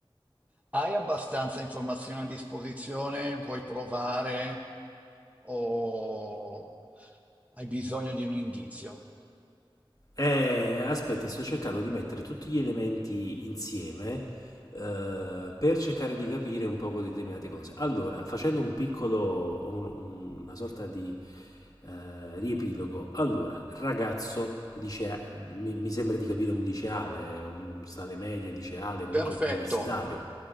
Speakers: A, on the right; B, on the left.
A: Hai abbastanza informazioni a disposizione? Vuoi provare o hai bisogno di un indizio?
B: Eh, aspetta, sto cercando di mettere tutti gli elementi insieme eh, per cercare di capire un poco determinate cose. Allora, facendo un piccolo, un- una sorta di eh, riepilogo. Allora, ragazzo, dice, mi, mi sembra di capire un liceale, un sta alle medie, liceale, comunque
A: Perfetto,
B: universitario.